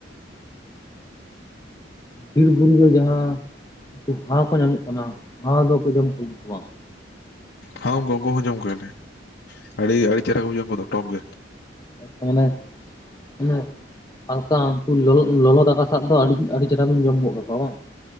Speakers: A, on the left (about 20°); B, on the left (about 55°).
A: ᱵᱤᱨ ᱵᱩᱨᱩᱨᱮ ᱡᱟᱦᱟᱸ ᱩᱱᱠᱩ ᱦᱟᱣ ᱠᱚ ᱧᱟᱢᱚᱜ ᱠᱟᱱᱟ, ᱦᱟᱣ ᱫᱚᱠᱚ ᱡᱚᱢ ᱠᱚᱜᱮᱣᱟ ᱥᱮ ᱵᱟᱝ?
B: ᱦᱚᱣ ᱩᱱᱠᱩ, ᱩᱱᱠᱩ ᱦᱚ ᱡᱚᱢ ᱠᱚᱜᱮᱭᱟᱞᱮ ᱟᱹᱰᱤ ᱟᱹᱰᱤ ᱪᱮᱦᱨᱟ ᱠᱚ ᱵᱩᱡᱷᱟᱣᱟ ᱩᱱᱠᱩ ᱫᱚ ᱴᱚᱠ ᱜᱮ᱾
A: <unintelligible> ᱦᱟᱞᱠᱟ ᱩᱱᱠᱩ ᱞᱚᱞᱚ ᱞᱚᱞᱚ ᱫᱟᱠᱟ ᱥᱟᱜ ᱫᱚ ᱟᱹᱰᱤ ᱟᱹᱰᱤ ᱪᱮᱦᱨᱟ ᱵᱤᱱ ᱡᱚᱢ ᱜᱚᱫ ᱠᱟᱠᱚᱣᱟ ᱵᱟᱝ?